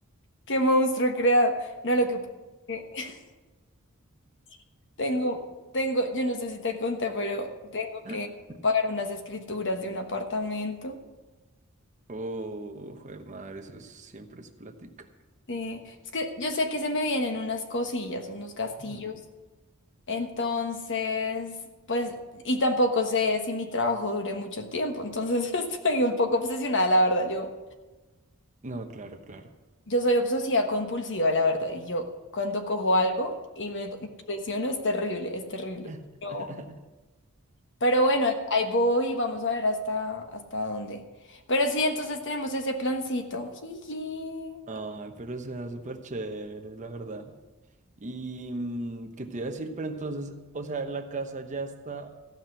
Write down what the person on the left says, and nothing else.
qué monstruo he creado. No, lo que pasa es que <laughs> tengo, tengo, yo no sé si te conté, pero tengo
que pagar unas escrituras de un apartamento.
Sí, es que yo sé que se me vienen unas cosillas, unos castillos.
Entonces, pues, y tampoco sé si mi trabajo dure mucho tiempo. Entonces <laughs> estoy un poco obsesionada, la verdad, yo.
Yo soy obsesiva compulsiva, la verdad, y yo cuando cojo algo y me impresiono es terrible, es terrible.
Pero, pero bueno, ahí ahí voy, vamos a ver hasta, hasta dónde. Pero sí, entonces tenemos ese plancito. Jiji.